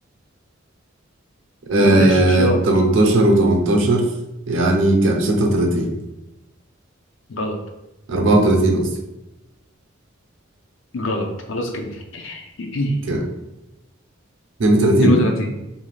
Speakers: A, on the right; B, on the left.
A: آه
B: ما تغشش ياض
A: 18 و18 يعني كام 36
B: غلط
A: 34 قصدي
B: غلط خلاص كده <coughs>
A: كام
B: <clears throat>
A: 32
B: 32